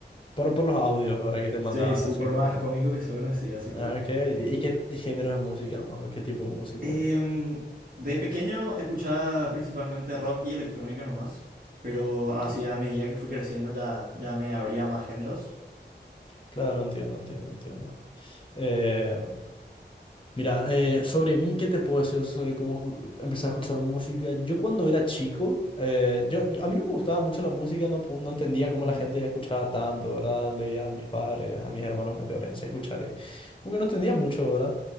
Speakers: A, on the left (about 30°); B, on the right (about 50°).
A: Por, por los audios, ¿verdad? Que te mandaban
B: Sí, sí,
A: así.
B: por
A: porque-
B: más cómico que suene, sí, así fue.
A: Ah, ok. ¿Y y qué género de música más? ¿O qué tipo de música?
B: Em, de pequeño escuchaba principalmente rock y electrónica nomás, pero así
A: Cl-
B: a medida que fui creciendo ya, ya me abría más géneros.
A: Claro, entiendo, entiendo, entiendo. Eh, mira, eh, sobre mí, ¿qué te puedo decir sobre cómo ju- empecé a escuchar música? Yo cuando era chico, eh, yo, a mí no me gustaba mucho la música, no, pu- no entendía cómo
B: Ujú.
A: la gente escuchaba tanto, ¿verdad? Le veía a mis padres, a mis hermanos mayores, así escuchar. y como que no entendía mucho, ¿verdad?